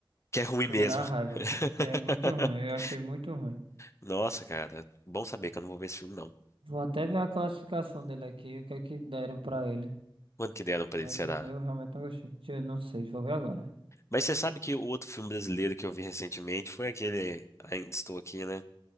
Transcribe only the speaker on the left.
Que é ruim
mesmo.
<laughs>
Nossa, cara. Bom saber que eu não vou ver esse filme, não.
Quanto que deram pra
ele, será?
Mas você sabe que o outro filme brasileiro que eu vi recentemente foi aquele Ainda Estou Aqui, né?